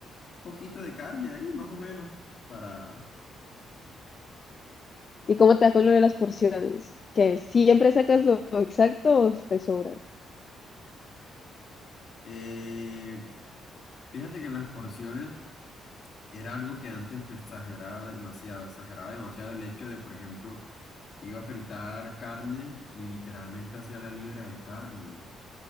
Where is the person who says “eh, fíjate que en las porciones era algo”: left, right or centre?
Left